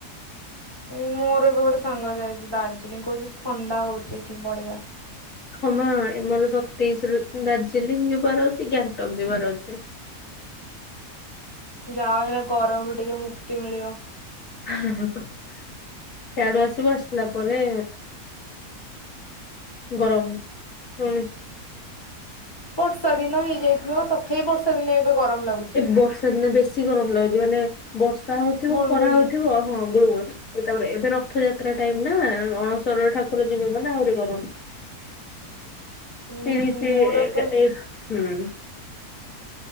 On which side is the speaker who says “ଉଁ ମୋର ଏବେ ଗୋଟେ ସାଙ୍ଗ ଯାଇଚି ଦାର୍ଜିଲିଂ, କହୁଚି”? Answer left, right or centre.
Left